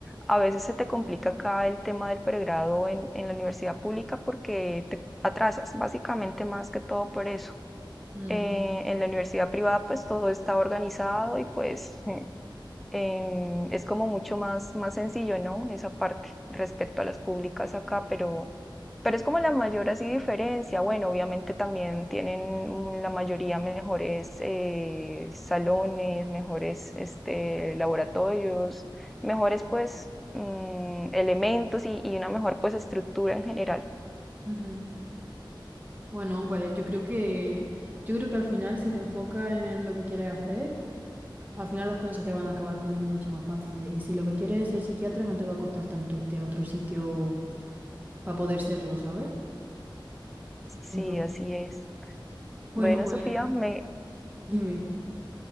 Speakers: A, in the centre; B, on the right.
A: a veces se te complica acá el tema del pregrado en, en la universidad pública porque te atrasas, básicamente más que todo por eso.
B: Mm.
A: Eh, en la universidad privada pues todo está organizado y pues <laughs> em, es como mucho más, más sencillo, ¿no? Esa parte respecto a las públicas acá, pero, pero es como la mayor así diferencia. Bueno, obviamente también tienen mm, la mayoría mejores eh, salones, mejores este, laboratorios, mejores pues mm, elementos y, y una mejor pues estructura en general.
B: Ujú. Bueno, pues yo creo que yo creo que al final si te enfocas en lo que quieres hacer, al final las cosas se te van a acabar poniendo mucho más fáciles. Y si lo que quieres es ser psiquiatra, no te va a costar tanto irte a otro sitio para poder serlo, ¿sabes?
A: Sí,
B: Entonces,
A: así es. Bueno,
B: bueno, pues
A: Sofía, me,
B: dime.